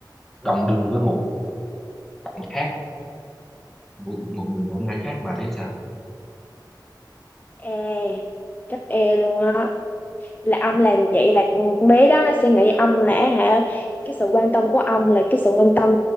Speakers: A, in the centre; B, on the left.
A: đồng đưa với một bạn khác một, một người con gái khác bà thấy sao
B: E, chắc e luôn á. là ông làm vậy là con bé đó nó sẽ nghĩ ông là hả cái sự quan tâm của ông là cái sự quan tâm